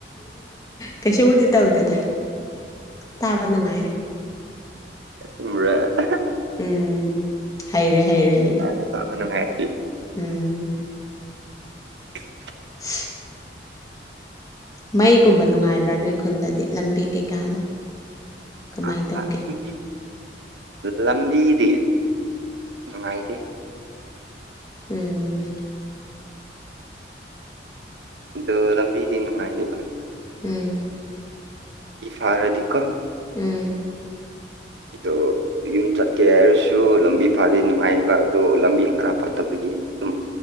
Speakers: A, on the left; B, on the right.
A: ꯀꯩꯁꯨꯕꯨꯗꯤ ꯇꯧꯗꯦꯗ ꯇꯥꯕ ꯅꯨꯡꯉꯥꯏ
B: ꯑꯆꯨꯝꯕꯔ ꯑꯍꯥ
A: ꯎꯝ ꯍꯩꯔꯦ ꯍꯩꯔꯦ ꯍꯩꯔꯦ
B: ꯇꯥꯅꯦ ꯇꯥꯕꯅꯨꯡ ꯉꯥꯏꯔꯗꯤ
A: ꯎꯝ
B: <inaudible>
A: ꯍ <unintelligible> ꯃꯩꯒꯨꯝꯕ ꯅꯨꯡꯉꯥꯏꯕ꯭ꯔꯥ ꯅꯣꯏ ꯈꯨꯟꯗꯗꯤ ꯂꯝꯕꯤ ꯀꯩꯀꯥꯗꯣ ꯀꯃꯥꯏꯅ
B: ꯑꯥ
A: ꯇꯧꯒꯦ
B: ꯑꯥ ꯑꯗꯨꯒꯤ ꯂꯝꯕꯤꯗꯤ ꯅꯨꯡꯉꯥꯏꯇꯦ
A: ꯎ
B: ꯑꯗꯣ ꯂꯝꯕꯤꯗꯤ ꯅꯨꯡꯉꯥꯏꯗꯦꯕ
A: ꯎꯝ
B: ꯐꯔꯗꯤꯀꯣ
A: ꯎꯝ
B: ꯇꯣ ꯌꯨꯝ ꯆꯠꯀꯦ ꯍꯥꯏꯔꯁꯨ ꯂꯝꯕꯤ ꯐꯔꯤ ꯅꯨꯡꯉꯥꯏꯕ ꯑꯗꯣ ꯂꯝꯕꯤ ꯈꯔ ꯐꯠꯇꯕꯒꯤ ꯑꯗꯨꯝ